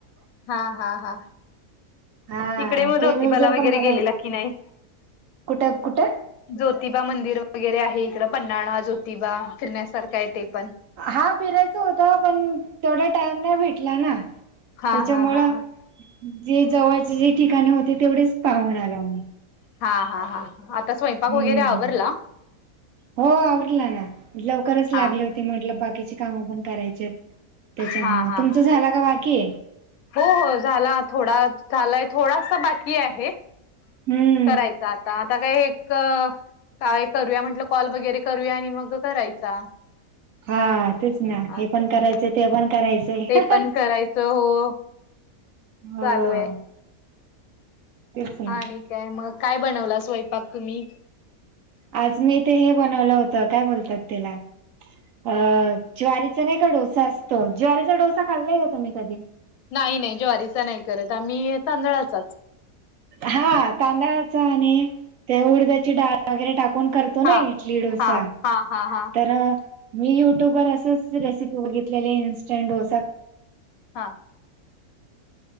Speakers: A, on the left (about 75°); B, on the right (about 70°).
A: हा हा हा,
B: हा
A: तिकडे मग
B: ते
A: ज्योतीबाला
B: म्युझियम
A: वगैरे
B: पण मला
A: गेलेला की नाही?
B: कुठं कुठं
A: ज्योतिबा मंदिर वगैरे आहे इकडं पन्हाळा, ज्योतिबा फिरण्यासारखा आहे ते पण
B: हा फिरायचं होत. पण तेवडा टाइम नाही भेटला ना,
A: हा
B: त्याच्यामुळ
A: हा हा
B: जे जवळचे जे ठिकाणे होते. तेवढेच पाहून आलो आम्ही.
A: हा हा हा, आता
B: हम्म,
A: स्वयंपाक वगैरे आवरला
B: हो आवरलं का? लवकरच लागले
A: हा
B: हो ते म्हटलं बाकीची कामं पण करायचेत. त्याच्यामुळ
A: हा हा
B: तुमचं
A: हा
B: झाला का बाकी
A: हो हो झाला थोडा झालाय. थोडासा बाकी आहे.
B: हम्म,
A: करायचं आता. आता काय एक काय करूया म्हटलं. कॉल वगैरे करूया आणि मग करायचा.
B: हा तेच ना, हे
A: असं
B: पण
A: म्हटलं
B: करायचं ते पण करायचं.
A: ते
B: ह..
A: पण करायचं हो
B: हो.
A: चालू आहे
B: तेच ना
A: आणि काय मग काय बनवला स्वयंपाक तुम्ही?
B: आज मी ते हे बनवलं होतं. काय बोलतात त्याला? अ ज्वारीचा नाही का डोसा असतो. ज्वारीचा डोसा खाल्लाय का तुम्ही कधी?
A: नाही नाही ज्वारीचा नाही करत. आम्ही तांदळाचाच
B: हा तांदळाचा आणि ते उडद्याची डाळ वगैरे टाकून करत तो ना,
A: हा
B: इडली, डोसा
A: हा हा हा हा
B: तर मी युट्यूब वर असंच रेसिपी बघितलेली इंस्टंट डोसा.
A: हा,